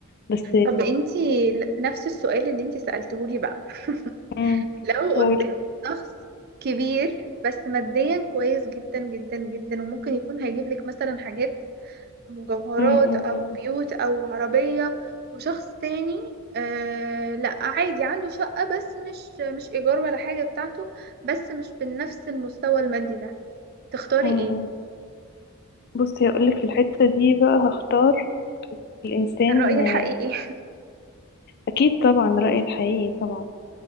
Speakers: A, on the left; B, on the right.
A: بس
B: طب انتي ل- نفس السؤال اللي انتي سألتهولي بقى <laughs>
A: امم
B: لو
A: قولي
B: قدامك شخص كبير بس ماديا كويس جدا جدا جدا وممكن يكون هيجيب لك مثلا حاجات مجوهرات
A: امم امم
B: أو بيوت أو عربية وشخص تاني آه لا عادي عنده شقة بس مش مش إيجار ولا حاجة بتاعته بس مش بنفس المستوى المادي ده تختاري
A: امم
B: ايه؟
A: بصي هقولك في الحتة دي بقى هختار الإنسان
B: الرأي
A: آه،
B: الحقيقي <laughs>
A: أكيد طبعا رأيي الحقيقي طبعا